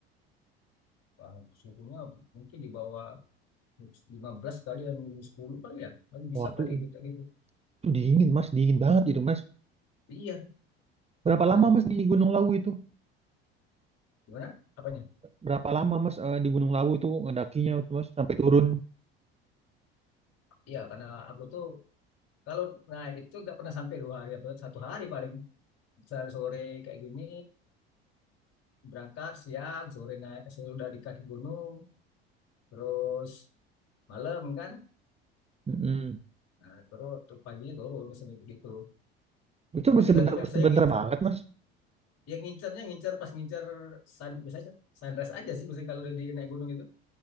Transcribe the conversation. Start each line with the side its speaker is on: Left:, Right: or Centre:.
Left: Wah suhunya mungkin di bawah 15 kali dan 10 kali ya. Paling bisa
Right: Wah tuh,
Left: kali
Right: itu
Left: kita gitu.
Right: dingin mas, dingin banget itu mas.
Left: Iya.
Right: Berapa lama
Left: Nah, gitu.
Right: mas di Gunung Lawu itu?
Left: Gimana? Apanya?
Right: Berapa lama mas eh, di Gunung Lawu itu ngedakinya itu mas sampai turun?
Left: Iya, karena aku tuh kalau nah itu nggak pernah sampai dua hari apa satu hari paling sore sore kayak gini berangkat siang sore naik sudah di kaki gunung terus malam kan
Right: Mm-mm.
Left: nah terus tuh pagi turun biasanya begitu
Right: Itu
Left: memang
Right: sebentar
Left: kita tuh biasanya
Right: sebentar
Left: ngincer
Right: banget mas.
Left: yang ngincernya ngincer pas ngincer sun, biasanya sunrise aja sih biasanya kalau udah di naik gunung itu